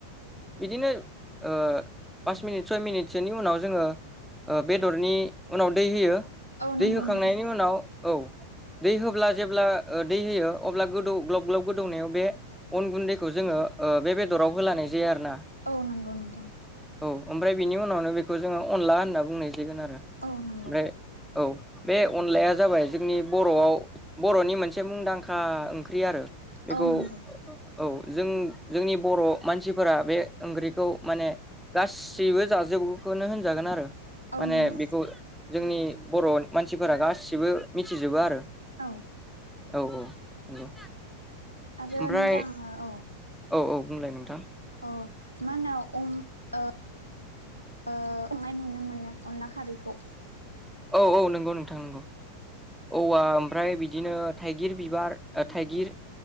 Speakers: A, in the centre; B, on the right (about 85°).
A: बिदिनो ओ पास मिनिट सय मिनिटसोनि उनाव जोङो ओ बेदरनि उनाव दै होयो
B: औ नंगौ
A: दै होखांनायनि
B: नोंथां
A: उनाव औ दै होब्ला जेब्ला दै होयो अब्ला गोदौ ग्लब ग्लब गोदौनायाव बे अन गुनदैखौ जोङो बे बेदराव होलानाय जायो आरोना
B: औ नंगौ नोंथां
A: औ ओमफ्राय बिनि उनावनो बेखौ जोङो अनला होनना बुंनो गोन आरो ओमफ्राय
B: औ नंगौ
A: औ बे अनलाया जाबाय जोंनि बर'आव बर'नि मोनसे मुंदांखा ओंख्रि आरो बेखौ
B: औ नंगौ
A: औ जों जोंनि बर' मानसिफोरा बे ओंख्रिखौ माने गासैबो जाजोबखौनो होनजागोन आरो ।
B: औ
A: माने
B: नंगौ
A: बेखौ जोंनि बर' मानसिफोरा गासिबो मिथिजोबो आरो
B: औ
A: औ औ नंगौ
B: आरो
A: ओमफ्राय
B: नोंथां औ
A: औ औ बुंलाय नोंथां ।
B: औ मा होनो अ ओ ओ संनाय नुनो मोनो अनला खारैखौ ।
A: औ औ नंगौ नोंथां नंगौ । औवा ओमफ्राय बिदिनो थाइगिर बिबार थाइगिर